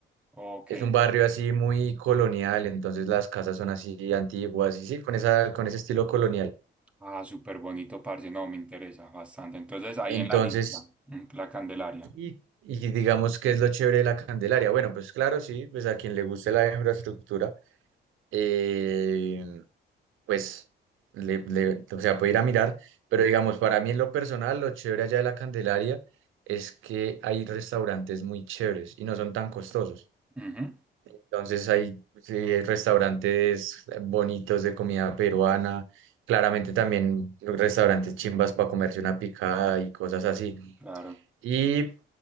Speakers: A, in the centre; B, on the right.
A: Ok.
B: Es un barrio así muy colonial, entonces las casas son así antiguas y sí, con esa, con ese estilo colonial.
A: Ah, súper bonito, parce. No, me interesa bastante. Entonces, ahí
B: Entonces,
A: en la lista, mm, la Candelaria.
B: y, y digamos que es lo chévere de la Candelaria. Bueno, pues claro, sí, pues a quien le guste la infraestructura, eh, pues, le, le- o sea, puede ir a mirar, pero digamos, para mí en lo personal, lo chévere allá de la Candelaria es que hay restaurantes muy chéveres y no son tan costosos.
A: Ujú,
B: Entonces hay, sí, hay restaurantes bonitos de comida peruana, claramente también restaurantes chimbas para comerse una picada y cosas así.
A: claro.
B: Y